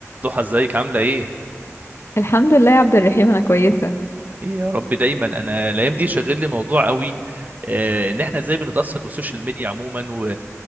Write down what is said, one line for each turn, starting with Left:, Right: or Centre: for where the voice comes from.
Right: ضحى ازيك عامله ايه
Left: الحمد لله يا عبد الرحيم انا كويسه
Right: ايه يا رب دايما انا الايام دي شاغل لي موضوع قوي آه، ان احنا ازاي بنتاثر بالسوشيال ميديا عموما و...